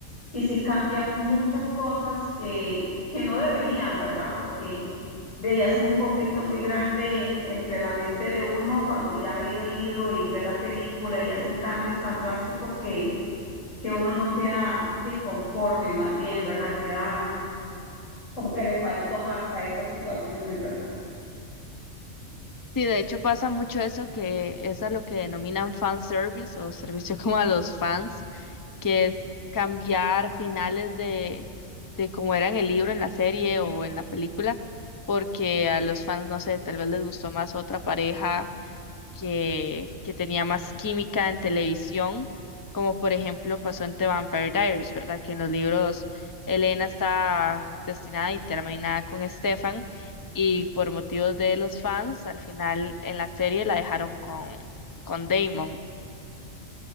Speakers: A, on the left; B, on the left.
A: y si cambian muchas cosas que, que no deberían, ¿verdad? Porque de ahí hacen un conflicto muy grande entre la mente de uno cuando ya ha leído el libro y ve la película y hacen cambios tan drásticos que que uno no queda de conforme, más bien, ¿verdad? Queda como que le faltó más a esas situaciones, ¿verdad?
B: Sí, de hecho pasa mucho eso que es a lo que denominan fan service o servicio <laughs> como a los fans, que es cambiar finales de, de cómo era en el libro, en la serie o en la película, porque a los fans, no sé, tal vez les gustó más otra pareja que, que tenía más química en televisión, como por ejemplo pasó en The Vampire Diaries, ¿verdad? Que en los libros Elena está destinada y terminada con Stefan y por motivos de los fans, al final en la serie la dejaron con, con Damon.